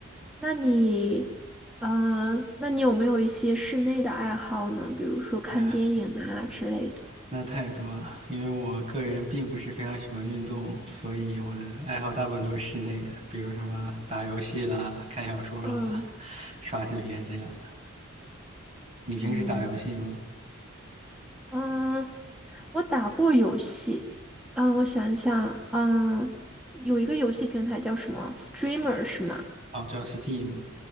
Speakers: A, in the centre; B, on the right.
A: 那你，嗯、那你有没有一些室内的爱好呢？比如说看电影啊之类的。
B: 哎呀，那太多了，因为我个人并不是非常喜欢运动，所以我的爱好大部分都是室内的，比如什么打游戏啦、看小说啦、
A: 嗯
B: 刷视频这样的。你平时打游戏吗？
A: 嗯嗯，我打过游戏。嗯，我想一想，嗯，有一个游戏平台叫什么？Streamer 是吗
B: 哦，叫 Steam